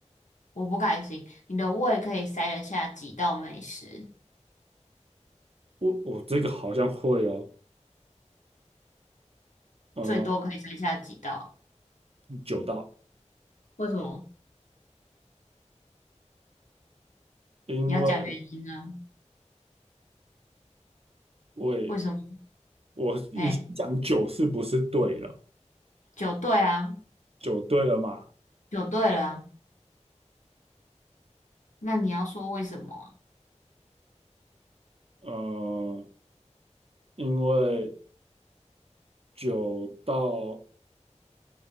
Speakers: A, on the left; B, on the right.
A: 我不开心。你的胃可以塞得下几道美食？
B: 我我这个好像会哦，呃，
A: 最多可以猜下几道？
B: 九道，
A: 为什么？
B: 因为
A: 你要讲原因啊？
B: 我也
A: 为什么？
B: 我你先讲九是不是对了？
A: 哎，九对啊，
B: 九对了嘛？
A: 九对了啊那你要说为什么啊？
B: 呃，因为九到